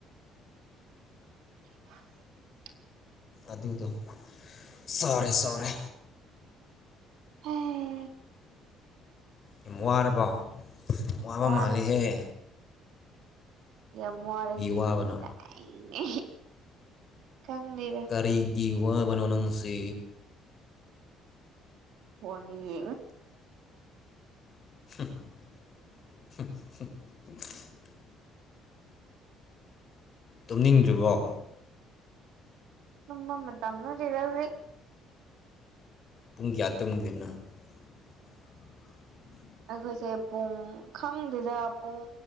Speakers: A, on the right; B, on the left.
A: <inaudible> <inaudible>
B: ꯑꯗꯨꯗꯣ ꯁꯥꯎꯔꯦ ꯁꯔꯦ
A: ꯍꯝ
B: ꯌꯥꯝ ꯋꯥꯔꯕ ꯋꯥꯕ
A: ꯋꯥꯔꯦ
B: ꯃꯥꯜꯂꯤꯦꯍꯦ
A: ꯌꯥꯝ ꯋꯥꯔꯁꯤ
B: ꯋꯥꯕꯅꯣ
A: ꯇꯥꯏꯅꯦ ꯈꯪꯕꯤꯔ
B: ꯀꯔꯤꯒꯤ ꯋꯥꯕꯅꯣ ꯅꯪꯁꯤ
A: ꯍꯅꯤ
B: ꯎꯝ ꯇꯨꯝꯅꯤꯡꯗ꯭ꯔꯤꯕꯣ
A: ꯎꯝꯕ ꯇꯝꯗꯤꯦꯗꯦ
B: ꯄꯨꯡ ꯀꯌꯥ ꯇꯨꯡꯒꯦ ꯅꯪ <inaudible>
A: ꯑꯩꯈꯣꯏꯁꯦ ꯄꯨꯡ ꯈꯪꯗꯦꯗ ꯄꯨꯡ